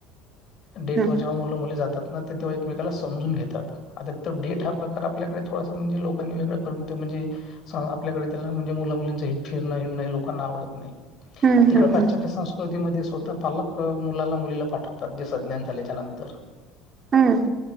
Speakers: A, on the left; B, on the right.
A: डेट
B: हम्म
A: वर जेव्हा मुल मुली जातात ना तेव्हा एकमेकाला समजून घेतात आता डेट हा प्रकार ल्याकडे थोडासा म्हणजे लोकांनी वेगळर्यंत म्हणे आपल्याकडे त्या म्ह मुलींच फिरण लोकांना आवडत नाही
B: हम्म
A: तिथं
B: हम्म
A: पाश्चात्य
B: हम्म
A: संस्कृती स्वतः पालक मुलाला मुलीला पाठवतात ते सज्ञान झाल्याच्या नंतर
B: हम्म